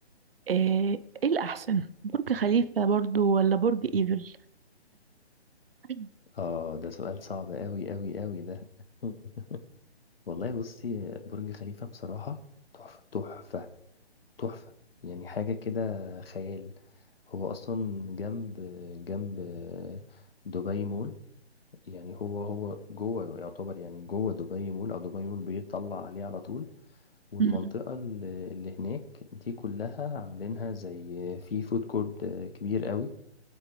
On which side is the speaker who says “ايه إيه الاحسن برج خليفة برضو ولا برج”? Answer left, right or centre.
Right